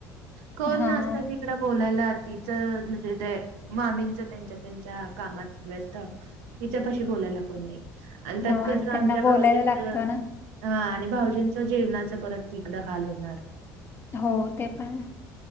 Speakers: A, on the right; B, on the left.
A: कोण
B: हा.
A: नसतय ती त बोलायला आऽ तिच म्हणजे ते मामींच त्यांच्या, त्यांच्या कामात व्यस्त,, हिच्यापाशी बोलायला कोण नाही. आणि त्यात
B: हो
A: कसं
B: त्यांना
A: आमच्या
B: बोलायला
A: भावजींच
B: लागतं ना
A: हा,, आणि भाऊजींच जेवणाच परत तिकडं हाल होणार.
B: हो ते पण